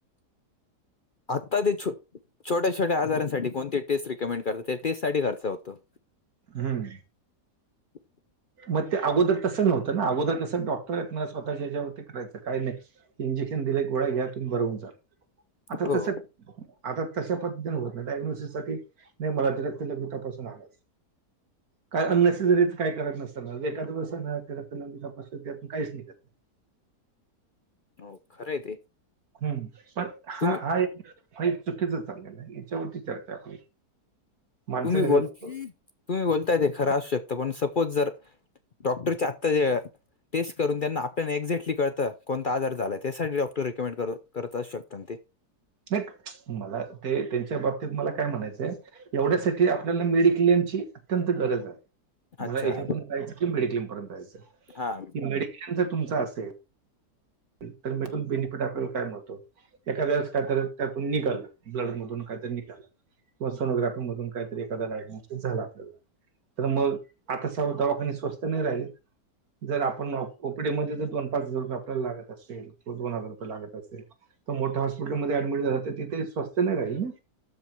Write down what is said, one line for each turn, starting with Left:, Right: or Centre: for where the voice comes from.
Left: आता ते छोट, छोट्या -छोट्या आजारांसाठी कोणते टेस्ट रिकमेंड करतात, त्या टेस्ट साठी खर्च होता तो,
Right: हम्म,
Left: <inaudible>
Right: मग ते अगोदर तसं नव्हतं ना, अगोदर कसं डॉक्टर आहेत ना स्वतःच्या् याच्यावरती करायचे काही नाही इंजेक्शन दिले गोळ्या घ्या तुम्ही बर होवून जाल, आता
Left: हो
Right: तसं <unintelligible> आता तशा पद्धतीने होत नाही, डाग्नोसिस साठी नाही मला ते रक्त लघवी तपासून आणाचं काय अन-नेसेसरीज काय करत नसताना एखादं वेळेस रक्त लघवी तपासुन त्यातून काहीच निघत नाही.
Left: हो खरं ये ते.
Right: हम्म, पण हा
Left: तुम्ही
Right: -हा एक हे चुकीचं चाललेलं आहे, याच्यावरती चर्चा आपली माणसं
Left: तुम्ही
Right: निघत
Left: बोलं - तुम्ही बोलतायं ते खरं असू शकतं, पण सपोज जर डॉक्टर च्या आत्ता ह्या टेस्ट करून त्यांना आपल्याला एक्झॅक्टली कळतं कोणता आजार झालाय, त्यासाठी डॉक्टर रिकमेंड करत आसु शकतात ना ते.
Right: नाही मला ते त्यांच्या बाबतीत मला काय म्हणायचंय, एवढ्यासाठी आपल्याला मेडिक्लेम ची, अत्यंत गरज आहे,
Left: अच्छा
Right: मला याच्यातून हेच कि मेड्लेम पर्यंतयचं जायचं आहे.
Left: हा.
Right: मेडिक्लेम जर तुमचा असेल तर मधुन बेनिफिट आपल्याला काय मिळतो? एखादेळेस काय तर त्यातून निघालं, ब्लड मधून कायतर निघालं किंवा सोनोग्राफी मधून काहीतरी एखादा डायगनोस्टीक झाला‌ आपल्याला तर मग आता सर्व दवाखाने स्वस्त नाही राहिले. जर आपण ओ पी डी मध्ये जर दोन पाच हजार रुपये आपल्याला लागत असेल किंवा दोन हजार रुपये लागत असेल त मोठ्या हॉस्पिटलमध्ये ॲडमिट झाल्यावर तर ते स्वस्त नाही राहील न.